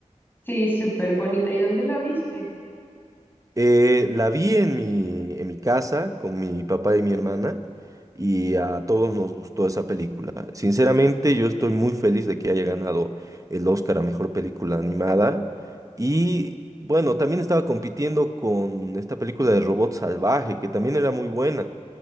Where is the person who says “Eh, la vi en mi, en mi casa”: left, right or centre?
Right